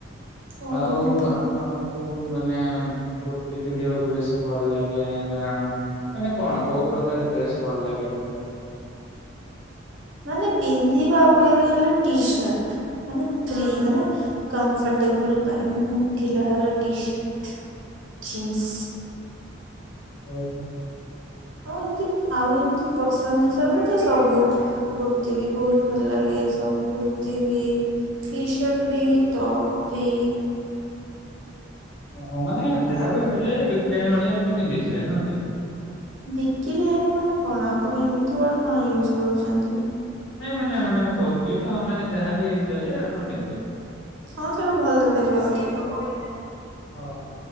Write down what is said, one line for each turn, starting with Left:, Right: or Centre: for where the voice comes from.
Right: ଓହୋ
Left: ଆଉ ଆପଣଙ୍କୁ ମାନେ କୁର୍ତ୍ତିୀ ପିନ୍ଧିବାକୁ ବେଶୀ ଭଲ ଲାଗ ଏ ନା ମାନେ କଣ କୋଉ ପ୍ରକାର ଡ୍ରେସ ଭଲ ଲାଗେ ଆପଣଙ୍କୁ
Right: ମାନେ ପିନ୍ଧିବା ୱ ରେ ହେଲେ ଟିସାର୍ଟ। ମାନେ ଫ୍ରି ମାନେ କମ୍ଫର୍ଟେବୁଲ ପାଇଁ ମାନେ ଢିଲଡଲ ଟିସର୍ଟ ଜିନ୍ସ
Left: ଓଉହୋ
Right: ଆଉ ଏମତି ଆଉ ଏମତି ପସନ୍ଦ ହିସାବ ତ ସବୁ କୁର୍ତିୀ ବି ବହୁତ ଭଲ ଲାଗେ ସଟ କୁର୍ତ୍ତିୀ ବି ଟି ଶର୍ଟ ବି ଟୋପି
Left: ଓହୋ ମାନେ ଯାହାବ ମିଳିଲେ ବିକିଲାଣି ଭଳିଆ ଆପଣ ପିନ୍ଧି ଯିବେ ନୁହେଁ କି?
Right: ବିକିଲି ଆଣି ମାନେ କଣ ଆପଣ ଏମିତି ଉଆଡ କଣ ୟୁଜ୍ କରୁଛନ୍ତି।
Left: ନାଇଁ ମାନେ ମାନେ ମୁଁ କହୁଥିଲି କି ହଁ ମାନେ ଯାହା ବି ଦେଲେ ଆପଣ ପିନ୍ଧଦେବେ।
Right: ହଁ ସେଟା ଭଲ ଦେଖାଯିବା କଥା।
Left: ହଁ